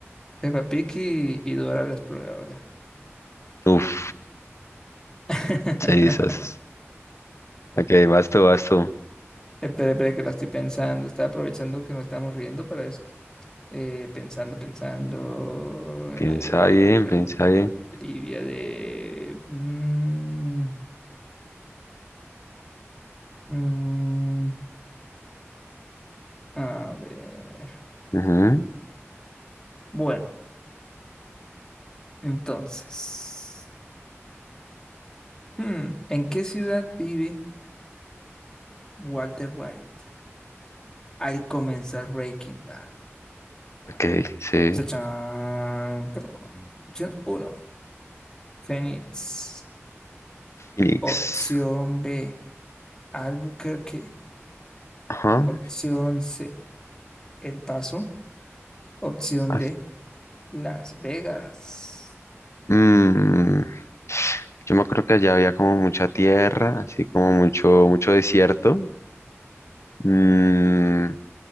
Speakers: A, on the left; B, on the left.
A: Peppa Pig y, y Dora la Exploradora.
B: Uf,
A: <laughs>
B: cerizas. Ok, vas tú, vas tú.
A: Espera, espera, que la estoy pensando. Estaba aprovechando que nos estamos riendo para eso. Eh, pensando, pensando.
B: Piensa
A: eh,
B: bien,
A: una pregunta
B: piensa bien.
A: trivia de. mm, mm, a ver.
B: Ujú.
A: Bueno, entonces. hmm, ¿en qué ciudad vive Walter White al comenzar Breaking Bad?
B: Ok, sí.
A: Chachán. Trrr. Opción uno. Phoenix.
B: Phoenix.
A: Opción B, Albuquerque.
B: Ajá.
A: Opción C, El Paso. Opción
B: ok.
A: D, Las Vegas.
B: Mm, Yo me acuerdo que allá había como mucha tierra, así como mucho, mucho desierto. Mm,